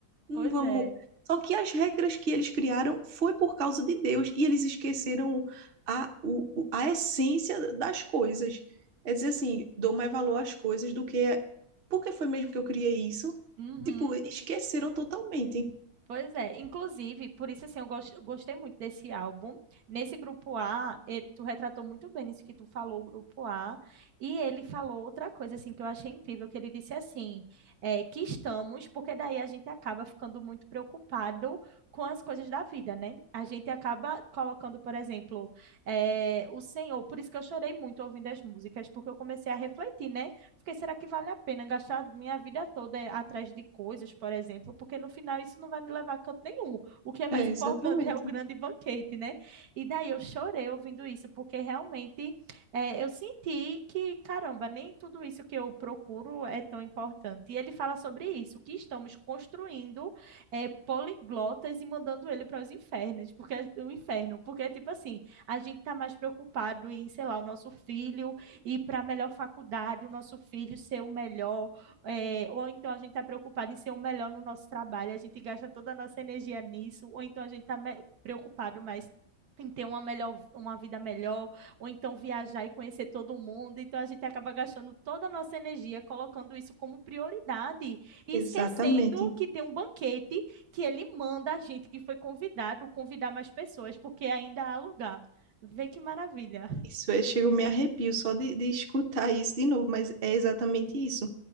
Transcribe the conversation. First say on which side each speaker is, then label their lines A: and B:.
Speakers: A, on the right; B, on the right.
A: Não
B: Pois
A: vamos.
B: é.
A: Só que as regras que eles criaram foi por causa de Deus e eles esqueceram a, o, o- a essência das coisas. É dizer assim, dou mais valor às coisas do que. é-" Por que foi mesmo que eu criei isso?
B: Uhum.
A: Tipo, esqueceram totalmente.
B: Pois é, inclusive, por isso assim, eu gos- eu gostei muito desse álbum. Nesse grupo A, ele- tu retratou muito bem isso que tu falou, o grupo A, e ele falou outra coisa assim que eu achei incrível, que ele disse assim, é, que estamos, porque daí a gente acaba ficando muito preocupado com as coisas da vida, né? A gente acaba colocando, por exemplo, é, o Senhor, por isso que eu chorei muito ouvindo as músicas, porque eu comecei a refletir, né? Fiquei, será que vale a pena gastar minha vida toda eh, atrás de coisas, por exemplo? Porque no final isso não vai me levar a canto nenhum. O que é mais
A: É,
B: <laughs> importante
A: exatamente.
B: é o grande banquete, né? E daí eu chorei ouvindo isso, porque realmente é, eu senti que, caramba, nem tudo isso que eu procuro é tão importante. E ele fala sobre isso, que estamos construindo é, poliglotas e mandando ele para os infernos, porque eh, o inferno, porque tipo assim, a gente tá mais preocupado em, sei lá, o nosso filho ir para a melhor faculdade, o nosso filho ser o melhor, é, ou então a gente está preocupado em ser o melhor no nosso trabalho, a gente gasta toda a nossa energia nisso, ou então a gente está preocupado mais em ter uma melhor, uma vida melhor, ou então viajar e conhecer todo mundo. Então a gente acaba gastando toda a nossa energia colocando isso como prioridade e
A: Exatamente.
B: esquecendo que tem um banquete que ele manda a gente que foi convidado convidar mais pessoas, porque ainda há lugar. Vê que maravilha.
A: Isso, eu chego, me arrepio só de, de escutar isso de novo, mas é exatamente isso.